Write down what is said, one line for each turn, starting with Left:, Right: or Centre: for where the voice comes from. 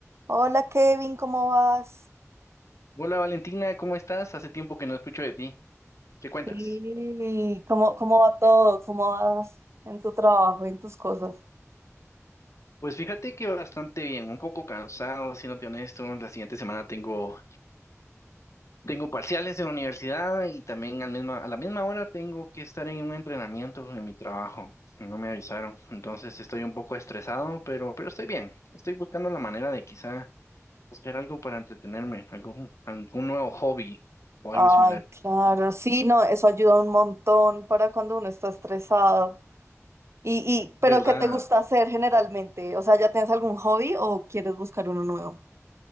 Right: Hola Kevin, ¿cómo vas?
Left: Hola Valentina, ¿cómo estás? Hace tiempo que no escucho de ti. ¿Qué cuentas?
Right: Sí, ¿Cómo, cómo va todo? ¿Cómo vas en tu trabajo y en tus cosas?
Left: Pues fíjate que bastante bien, un poco cansado, siéndote honesto. La siguiente semana tengo, tengo parciales en la universidad y también al misma, a la misma hora tengo que estar en un entrenamiento en mi trabajo. No me avisaron, entonces estoy un poco estresado, pero, pero estoy bien. Estoy buscando la manera de quizá buscar algo para entretenerme, algo, algún nuevo hobby o
Right: Ay,
Left: algo similar.
Right: claro, sí, no, eso ayuda un montón para cuando uno está estresado. Y, y,
Left: ¿Verdad?
Right: pero ¿qué te gusta hacer generalmente? O sea, ¿ya tienes algún hobby o quieres buscar uno nuevo?